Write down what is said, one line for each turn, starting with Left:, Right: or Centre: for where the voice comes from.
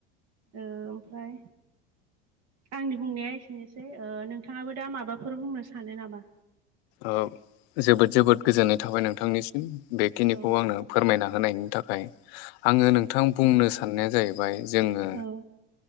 Right: ओमफ्राय आंनि बुंनाया एसे बनोसै ओ नोंथाङाबो दा माबाफोर बुंनो सानो नामा
Left: ओ जोबोद जोबोद गोजोननाय थाबाय नोंथांनि बेखिनिखौ
Right: औ
Left: आंनो फोरमायना होनायनि थाखाय आङो नोंथां बुंनो साननाया जाहैबाय जोङो
Right: औ